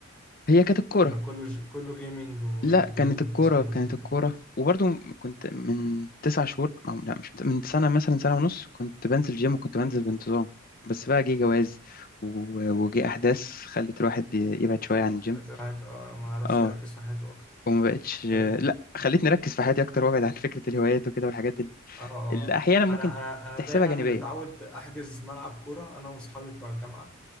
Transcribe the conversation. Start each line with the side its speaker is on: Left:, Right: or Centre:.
Left: كانت الكورة
Centre: ولا كله ج... كله جيمنج وجيمنج
Left: لا كانت الكورة
Centre: وبتسمع مزيكا
Left: كانت الكورة وبرضو كنت من تسع شهور أو لا مش من سنة مثلا سنة ونص كنت بنزل جيم وكنت بنزل بانتظام بس بقى جه جواز و- وجه أحداث خلت الواحد ي- يبعد شوية عن الجيم
Centre: خلت الواحد اه ما يعرفش
Left: اه
Centre: يركز في حياته اكتر
Left: وما بقتش
Centre: طب انت
Left: لا خلتني أركز في حياتي أكتر وأبعد عن فكرة الهوايات وكده والحاجات ال-
Centre: اه اه
Left: اللي
Centre: آه.
Left: أحيانا ممكن
Centre: انا انا انا
Left: تحسبها
Centre: دايما
Left: جانبية
Centre: متعود احجز ملعب كورة انا واصحابي بتوع الجامعة